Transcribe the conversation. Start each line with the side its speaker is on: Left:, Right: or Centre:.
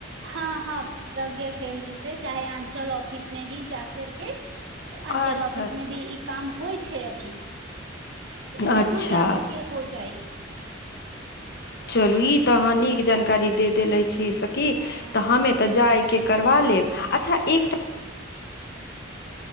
Right: हँ हँ प्रज्ञ केंन्द्र से चाहे अंचल ऑफिस मे भी जा करके अनचल
Left: अच्छा
Right: ऑफिस
Left: अच्छा
Right: मे भी ई काम होइत छैक अभी तो उहों
Left: अच्छा
Right: जाकेँ हो जाइ
Left: चलू ई तऽ अहाँ नीक जानकारी दे देेले छी सकी
Right: हँ
Left: तऽ हमे तऽ जाय के करबा लेब अच्छा एक तऽ